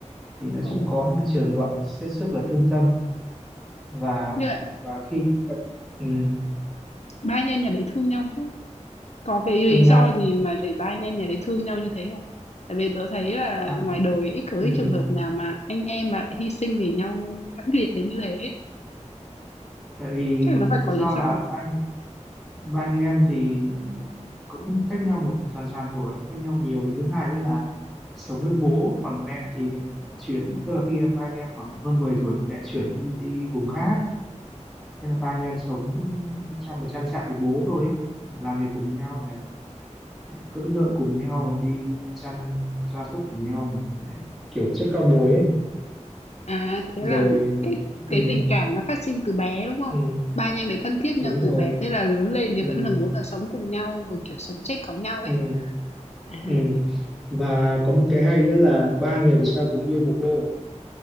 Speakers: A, in the centre; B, on the left.
A: thì nói
B: Ồ.
A: chung có những cái trường đoạn hết sức là thương tâm và
B: Như vậy
A: và khi ừm,
B: ba anh em nhà đấy thương nhau chứ. Có cái
A: thương
B: lý do
A: nhau
B: gì mà để ba anh em nhà đấy thương nhau như thế không? Tại vì tớ thấy là
A: à
B: ngoài đời ít có
A: ừm,
B: cái trường hợp nào mà anh em mà lại hy sinh vì nhau mãnh liệt đến như thế ấy.
A: tại vì
B: Chắc nó phải có
A: lý do
B: lý do
A: là
B: nhỉ?
A: ba anh ba anh em thì cũng cách nhau một hoàn toàn tuổi cũng cách nhau nhiều với thứ hai nữa là sống với bố còn mẹ thì lại, lại chuyển tức là khi em ba anh em khoảng hơn 10 tuổi là mẹ chuyển đi đi vùng khác thế là ba anh em sống trong một trang trại với bố thôi ấy. làm việc cùng nhau này lại cưỡi ngựa cùng nhau đi chăn gia súc cùng nhau này đấy kiểu chất cao bồi ấy
B: À thế
A: rồi
B: là cái cái
A: ừ,
B: tình cảm nó phát sinh từ bé đúng không?
A: ừ,
B: Ba anh em ấy thân thiết nhau
A: đúng
B: từ
A: rồi
B: bé thế là lớn lên thì
A: ừ,
B: vẫn là muốn là sống cùng nhau và kiểu sống chết có nhau ấy.
A: ừ,
B: À
A: ừ. và có một cái hay nữa là ba người về sau cùng yêu một cô